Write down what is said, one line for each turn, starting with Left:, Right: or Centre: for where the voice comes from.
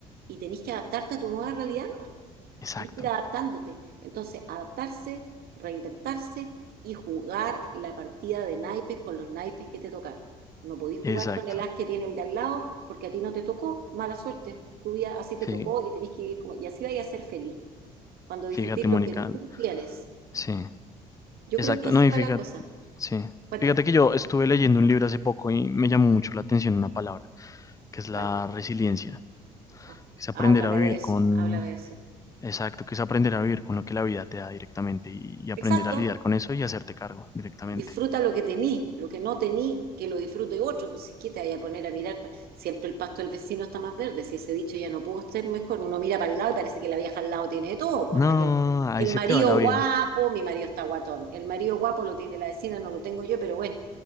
Right: y tenés que adaptarte a tu nueva realidad, ¿no?
Left: exacto,
Right: Tenés que ir adaptándote. Entonces, adaptarse, reinventarse y jugar la partida de naipes con los naipes que te tocaron. No podís jugar
Left: exacto.
Right: con el as que tiene el de al lado porque a ti no te tocó, mala suerte. Tu vida así te
Left: Fí-
Right: tocó y tenés que vivir como... Y así vayas a ser feliz. cuando
Left: Fíjate,
Right: disfrutís
Left: Mónica.
Right: lo que tú tienes.
Left: Sí,
Right: Yo
Left: exacto.
Right: creo que así
Left: No, y
Right: va
Left: fíjate,
Right: la cosa.
Left: sí.
Right: Cuéntame.
Left: Fíjate que yo estuve leyendo un libro hace poco y me llamó mucho la atención una palabra, que es la
Right: ¿Cuál?
Left: resiliencia.
Right: Oh,
Left: que Es aprender
Right: háblame
Left: a vivir
Right: de eso,
Left: con,
Right: háblame de eso.
Left: exacto, que es aprender a vivir con lo que la vida te da directamente y y aprender
Right: Exacto.
Left: a lidiar con eso y hacerte cargo directamente.
Right: Disfruta lo que tení, lo que no tení, que lo disfrute otro. Pues, ¿Qué te vaya a poner a mirar? pa- Siempre el pasto del vecino está más verde. Si ese dicho ya no pudo ser mejor, uno mira para el lado y parece que la vieja al lado tiene de todo. Pues,
Left: No,
Right: hasta que el,
Left: ahí
Right: el
Left: se
Right: marido
Left: te va la vida.
Right: guapo, mi marido está guatón. El marido guapo lo tiene la vecina, no lo tengo yo, pero bueno,